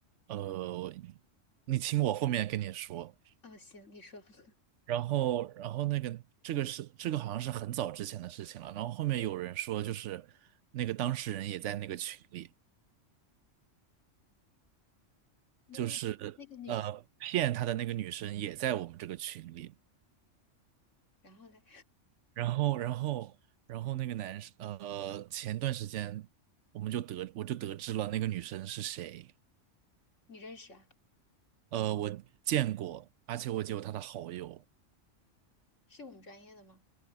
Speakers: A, on the right; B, on the left.
A: 呃，你听我后面跟你说。
B: 哦，行，你说 <laughs>
A: 然后，然后那个这个是这个好像是很早之前的事情了。然后后面有人说，就是那个当事人也在那个群里，
B: 那个那个女，
A: 就是呃骗他的那个女生也在我们这个群里。
B: 然后嘞，
A: 然后，然后，然后那个男生，呃，前段时间我们就得我就得知了那个女生是谁。
B: <laughs> 你认识啊？
A: 呃，我见过，而且我也有她的好友。
B: 是我们专业的吗？